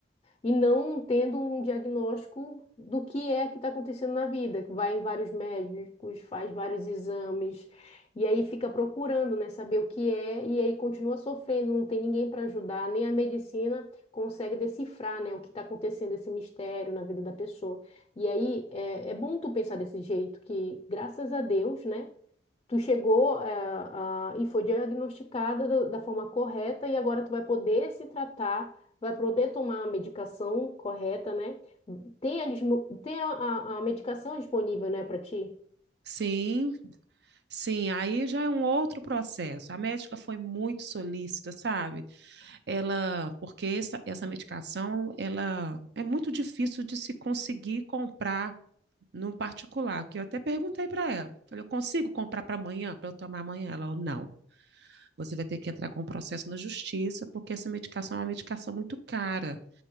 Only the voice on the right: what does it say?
Sim, sim, aí já é um outro processo. A médica foi muito solícita, sabe? Ela, porque essa, essa medicação, ela é muito difícil de se conseguir comprar no particular, que eu até perguntei para ela. Falei, eu consigo comprar para amanhã, para eu tomar amanhã? Ela, falou, não, você vai ter que entrar com um processo na justiça, porque essa medicação é uma medicação muito cara.